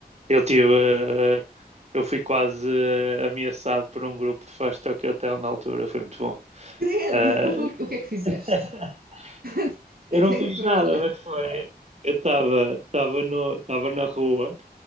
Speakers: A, on the right; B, on the right.
A: Eu tive, ah, eu fui quase ah, ameaçado por um grupo de fãs de Tokyo Hotel na altura, foi muito bom.
B: Credo!
A: Ah,
B: <laughs> O que é que fizeste?
A: <laughs>
B: <laughs>
A: Eu não
B: Tenho
A: fiz
B: que perguntar.
A: nada, mas foi. Eu estava estava no estava na rua,